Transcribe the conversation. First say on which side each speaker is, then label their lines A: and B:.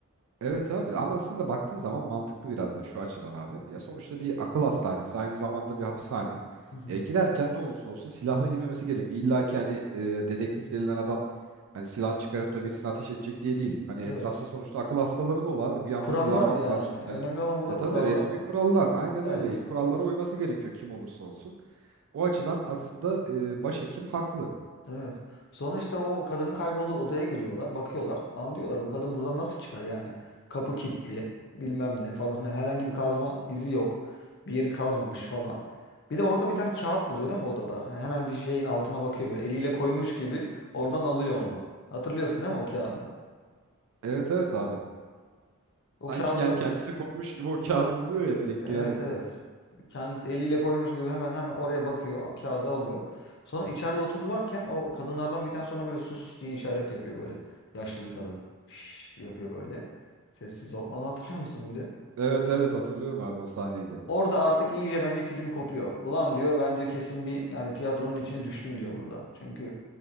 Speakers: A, on the right; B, on the left.
A: Evet abi ama aslında baktığın zaman mantıklı biraz da şu açıdan abi. Ya sonuçta bir akıl hastanesi aynı zamanda bir hapishane.
B: Hı hı.
A: E, girerken ne olursa olsun silahlı girmemesi gerekiyor. İlla ki hani e, dedektif denilen adam hani silahını çıkarıp da birisine ateş edecek diye değil. Hani etrafta
B: Evet.
A: sonuçta akıl hastaları dolu abi. Bir anda
B: Kurallar
A: silahını
B: yani.
A: atlar üstüne.
B: Önemli olan burada
A: E tabii
B: kurallar
A: resmi
B: değil
A: kurallar
B: mi?
A: aynen
B: Evet.
A: öyle. Kurallara uyması gerekiyor kim olursa olsun. O açıdan aslında e, başhekim haklı.
B: Evet. Sonra işte o kadının kaybolduğu odaya giriyorlar, bakıyorlar. Lan diyorlar bu kadın buradan nasıl çıkar yani? Kapı kilitli, bilmem ne falan. Hani herhangi bir kazma izi yok. Bir yeri kazmamış falan. Bir de orada bir tane kağıt buluyor değil mi odada? Hani hemen bir şeyin altına bakıyor böyle eliyle koymuş gibi oradan alıyor onu. Hatırlıyorsun değil mi o kağıdı?
A: Evet evet abi.
B: O
A: Sanki
B: kağıda
A: yani kendisi koymuş gibi o kağıdı buluyor ya direkt
B: Evet
A: girer girmez.
B: evet. Kendisi eliyle koymuş gibi hemen hemen oraya bakıyor. o Kağıdı alıyor. Sonra içeride otururlarken o kadınlardan bir tane sonra böyle sus diye işaret yapıyor böyle. Yaşlı bir kadın. Şşş yapıyor böyle. Sessiz ol. Onu hatırlıyor musun bir de?
A: Evet evet hatırlıyorum abi o sahneyi de.
B: Orada artık iyice bence film kopuyor. Ulan diyor ben diyor kesin bir yani tiyatronun içine düştüm diyor burada. Çünkü